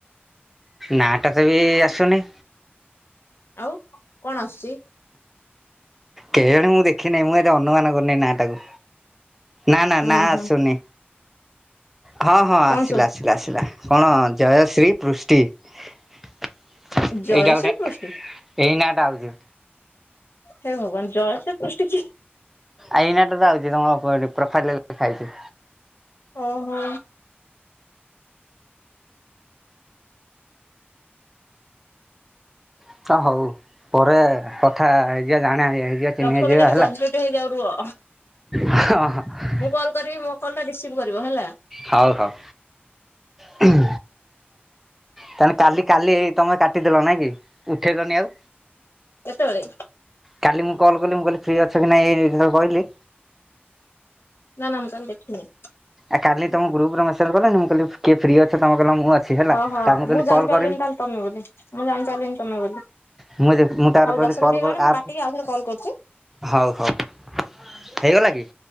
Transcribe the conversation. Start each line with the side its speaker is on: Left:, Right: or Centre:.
Centre: ନା ଟା ତ ବି ଆସୁନି।
Left: ଆଉ କଣ ଆସୁଛି?
Centre: କେ ଜାଣେ ମୁଁ ଦେଖିନାହିଁ, ମୁଁ ଏତେ ଅନୁମାନ କରୁନି ନା ଟାକୁ। ନା ନା
Left: ଉଁ
Centre: ନା
Left: ହୁଁ
Centre: ଆସୁନି। ହଁ ହଁ ଆସିଲା
Left: କଣ ସବୁ
Centre: ଆସିଲା ଆସିଲା, କଣ ଜୟଶ୍ରୀ ପୃଷ୍ଟି। ଏଇଟା
Left: ଜୟଶ୍ରୀ
Centre: ଗୋଟେ
Left: ପୃଷ୍ଟି
Centre: ଏଇ ନା ଟା ଆଉଛି।
Left: ହେଇ ଭଗବାନ ଜୟଶ୍ରୀ ପୃଷ୍ଟି କିଏ?
Centre: ଆଇ ଏଇ ନା ଟା ତ ଆଉଛି ତମ ପ୍ରୋଫାଇଲ୍ ରେ ଲେଖା ହେଇଛି।
Left: ଓହୋ।
Centre: ଆ ଛା ହଉ ପରେ କଥା ହେଇଯିବା ଜାଣେ ଆଗେ। ଟିକେ ଚିହ୍ନିହେଇଯିବା
Left: ଦଶ ମିନିଟ୍
Centre: ହେଲା।
Left: କମ୍ପ୍ଲିଟ ହେଇଯାଉ ରୁହ
Centre: ହ ହ।
Left: ମୁଁ କଲ୍ କରିବି ମୋ କଲ୍ ଟା ରିସିଭ୍ କରିବ ହେଲା।
Centre: ହଉ ହଉ ହୁଁ। ତାଲେ କାଲି କାଲି ଏଇ ତମେ କାଟିଦେଲ ନାଇ କି? ଉଠେଇଲନି ଆଉ।
Left: କେତେବେଳେ?
Centre: କାଲି ମୁଁ କଲ୍ କଲି ମୁଁ କଇଲି ଫ୍ରି ଅଛି କି ନାଇଁ କହିଲି
Left: ନା ନା ମୁଁ କାଲି ଦେଖିନି।
Centre: ଆ କାଲି ତମ ଗ୍ରୁପରେ ମେସେଜ କଲେନି ମୁଁ କହିଲି କିଏ ଫ୍ରି ଅଛ ତମ କହିଲ ମୁଁ ଅଛି। ହେଲା
Left: ଓହୋ
Centre: ତା କହିଲି
Left: ମୁଁ ଜାଣିପାରିଲିନି
Centre: କଲ୍ କରିବି
Left: ତାହେଲେ ତମେ ବୋଲି। ମୁଁ ଜାଣିପାରିଲିନି ତମେ ବୋଲି।
Centre: ମୁଁ ମୁଁ ତାପରେ
Left: ହଉ
Centre: କହିଲି
Left: ଦଶ
Centre: କଲ୍
Left: ମିନିଟ୍ ହେଇଗଲାଣି
Centre: କର ଆପ୍
Left: ମୁଁ କାଟିକି ଆଉଥରେ କଲ କରୁଛି।
Centre: ହଉ ହଉ ହେଇଗଲା କି?